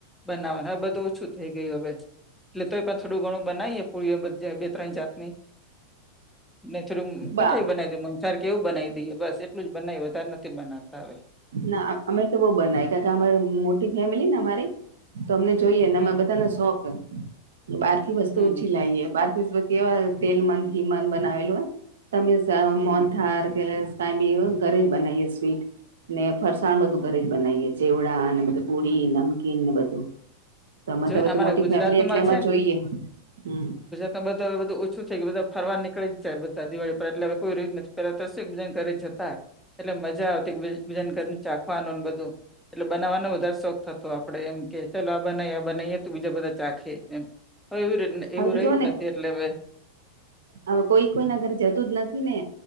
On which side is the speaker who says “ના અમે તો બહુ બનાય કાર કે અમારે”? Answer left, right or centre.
Right